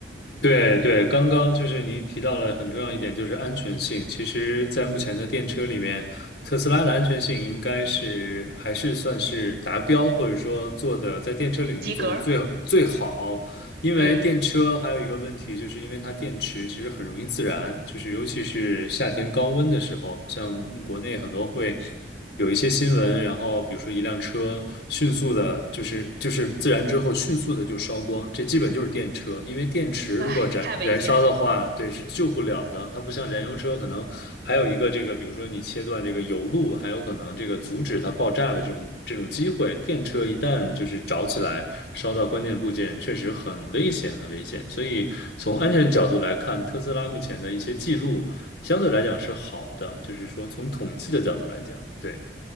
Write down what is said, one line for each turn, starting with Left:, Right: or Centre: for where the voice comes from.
Left: 对对，刚刚就是你提到了很重要一点，就是安全性。其实，在目前的电车里面，特斯拉的安全性应该是还是算是达标，或者说做的在电车领域做的最最好。
Right: 及格。
Left: 因为电车还有一个问题，
Right: 嗯，
Left: 就是因为它电池其实很容易自燃，就是尤其是夏天高温的时候，像国内很多会。有一些新闻，然后比如说一辆车迅速的，就是就是自燃之后迅速的就烧光，这基本就是电车，因为电池如果燃燃烧的话，
Right: 哎，太危险了。
Left: 对，是救不了的。它不像燃油车，可能还有一个这个，比如说你切断这个油路，还有可能这个阻止它爆炸的这种这种机会。电车一旦就是着起来，烧到关键部件，确实很危险，很危险。所以从安全角度来看，特斯拉目前的一些记录相对来讲是好的，就是说从统计的角度来讲，对。